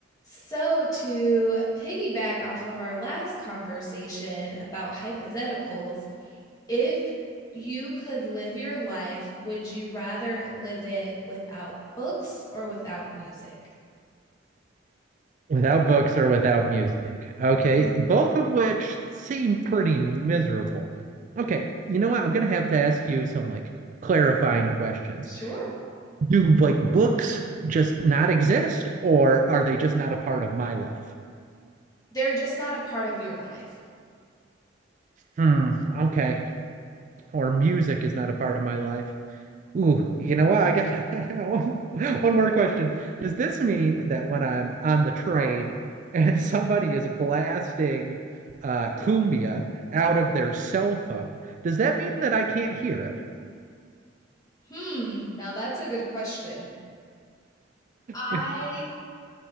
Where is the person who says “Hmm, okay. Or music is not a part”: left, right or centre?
Right